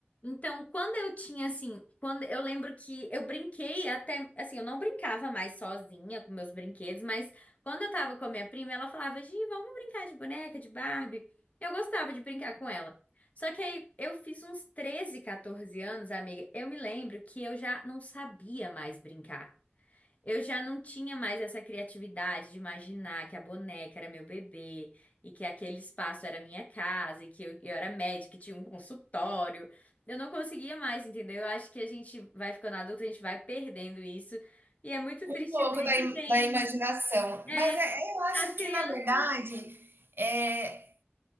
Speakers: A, on the left; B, on the right.
A: Então, quando eu tinha, assim, quando eu lembro que eu brinquei até, assim, eu não brincava mais sozinha com meus brinquedos, mas quando eu tava com a minha prima, ela falava, Gi, vamos brincar de boneca, de Barbie. Eu gostava de brincar com ela. Só que aí eu fiz uns 13, 14 anos, amiga. Eu me lembro que eu já não sabia mais brincar. Eu já não tinha mais essa criatividade de imaginar que a boneca era meu bebê e que aquele espaço era minha casa e que eu, eu era médica e tinha um consultório. Eu não conseguia mais, entendeu? Eu acho que a gente vai ficando adulto, a gente vai perdendo isso. E é muito
B: Um
A: triste
B: pouco
A: ver
B: da,
A: que
B: im-
A: tem,
B: da imaginação.
A: é,
B: Mas é- eu acho
A: as crianças.
B: que, na verdade, é,